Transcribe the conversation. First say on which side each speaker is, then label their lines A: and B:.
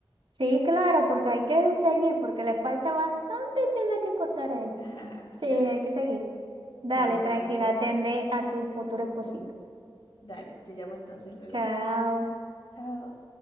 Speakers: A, on the right; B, on the left.
A: sí, claro, porque hay que seguir, porque le falta bastante tela que cortar a esto.
B: <laughs>
A: Sí, hay que seguir. Dale,
B: Dale, entonces,
A: tranquila, atende a tu futuro esposito.
B: dale, te llamo entonces luego.
A: Chao.
B: Chao.